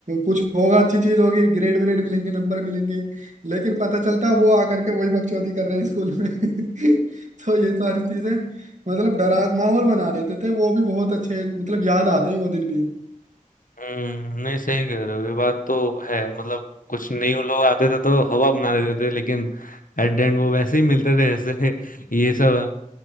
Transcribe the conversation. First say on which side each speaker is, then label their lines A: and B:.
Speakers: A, on the right (about 60°); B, on the left (about 75°).
A: कुछ होगा अच्छी चीज होगी ग्रेड व्रेड मिलेंगे नंबर मिलेंगे लेकिन पता चलता वो आकर के वही बकचोदी कर रहे हैं स्कूल में <laughs> तो ये सारी चीजें मतलब डरा माहौल बना देते थे वो भी बहुत अच्छे मतलब याद आते हैं वो दिन भी
B: हम्म नहीं सही कह रहे हो ये बात तो है मतलब कुछ न्यू लोग आते थे तो हवा बना देते थे लेकिन एट द एंड वो वैसे ही मिलते थे जैसे <laughs> ये सब है